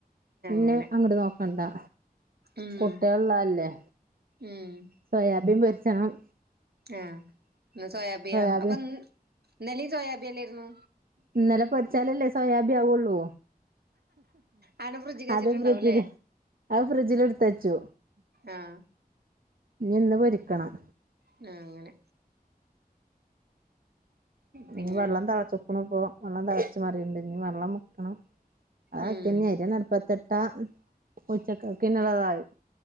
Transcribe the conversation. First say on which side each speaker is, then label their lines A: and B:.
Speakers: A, on the right; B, on the right.
A: പിന്നെ
B: അങ്ങനെ
A: അങ്ങോട്ട് നോക്ക കണ്ടാ
B: ഉം
A: കുട്ടികളുളളതല്ലേ
B: ഉം
A: സോയാബീൻ പൊര്ച്ചണം
B: ആഹ്, ഇന്നു സോയാബിയാ
A: സോയാബീൻ
B: അപ്പൊ ഇന്നലെം സോയാബിയല്ലേരുന്നു.
A: ഇന്നലെ പൊരിച്ചാലല്ലേ സോയാബീ ആവുള്ളൂ
B: ആടെ ഫ്രിഡ്ജ്ക്ക് വെച്ചിട്ടുണ്ടാവുംല്ലേ
A: അത് ഫ്രിഡ്ജില് അത് ഫ്രിഡ്ജില് എടുത്തുവച്ചു.
B: ആഹ്
A: ഇനി ഇന്ന് പൊരിക്കണം
B: ന്ന അങ്ങനെ പിന്നെ
A: ഞ്ഞ് വള്ളം തിളച്ചുക്കുണു ഇപ്പോ വള്ളം തിളച്ച് മറിണ്ട് ഞ്ഞ് വള്ളം മുക്കണം അത്അക്കനെ
B: ഉം
A: അരി ആണ്ട് അടുപ്പത്ത് ഇട്ടാ ഉച്ചയ്ക്കക്ക് പിന്നെ അത് ആണ്ട് ആവും.